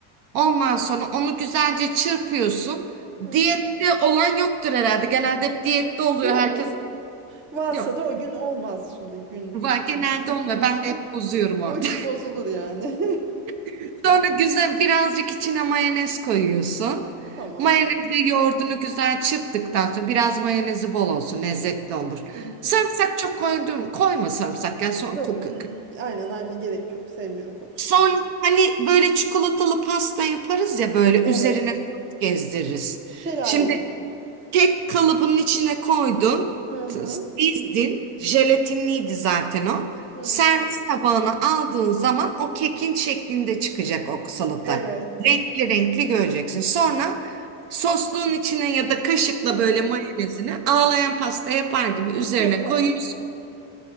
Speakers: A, on the right (about 80°); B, on the right (about 25°).
A: Ondan sonra onu güzelce çırpıyorsun.
B: Hı
A: Diyette
B: hı.
A: olan yoktur herhalde. Genelde hep diyette oluyor
B: Yok.
A: herkes.
B: Varsa
A: Yok.
B: da o gün olmaz şimdi gün
A: Var genelde
B: gün.
A: olmuyor. Ben de
B: <laughs>
A: hep bozuyorum orada.
B: O gün bozulur yani.
A: <laughs> Sonra güzel birazcık içine mayonez koyuyorsun.
B: <laughs> Tamam.
A: Mayonezi yoğurdunu güzel çırptıktan sonra biraz mayonezi bol olsun lezzetli olur.
B: Hı
A: Sarımsak
B: hı.
A: çok koydun, koyma sarımsak ya sonra
B: Yok.
A: kokuyor.
B: ı, ı. Aynen aynen gerek yok. Sevmiyorum kokusunu.
A: Sonra hani böyle çikolatalı pasta yaparız ya böyle üzerine
B: Evet.
A: sos gezdiririz.
B: Şelale
A: Şimdi
B: gibi.
A: Kek kalıbının içine koydun,
B: Hı
A: t-
B: hı.
A: dizdin, jelatinliydi zaten o.
B: Hı
A: Servis
B: hı.
A: tabağına aldığın zaman o kekin şeklinde çıkacak o salata.
B: Evet.
A: Renkli renkli göreceksin. Sonra sosluğun içine ya da kaşıkla
B: Hı
A: böyle
B: hı.
A: mayonezini ağlayan pasta yapar gibi üzerine
B: Yapan.
A: koyuyorsun.